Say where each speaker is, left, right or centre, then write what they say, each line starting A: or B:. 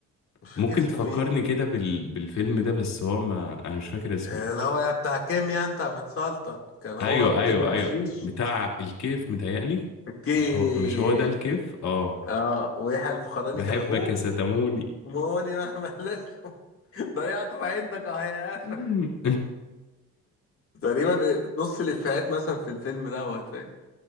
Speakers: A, on the left; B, on the left.
A: مش فاكر
B: ممكن
A: اسمه
B: تفكرني
A: ايه
B: كده بال... بالفيلم ده بس هو ما انا مش فاكر اسمه
A: آه، اللي هو يا بتاع كيمياء انت يا متسلطن كان هو
B: ايوه
A: بتاجر
B: ايوه
A: حشيش
B: ايوه بتاع الكيف متهيألي
A: كيف
B: مش هو مش هو ده الكيف اه
A: اه ويحيى الفخراني
B: بحبك
A: كان اخوه
B: يا ستموني
A: موني مهما لست <laughs> ضيعت عندك اه يا قفا
B: مم.
A: تقريبا نص الافيهات مثلا في الفيلم دوت فاهم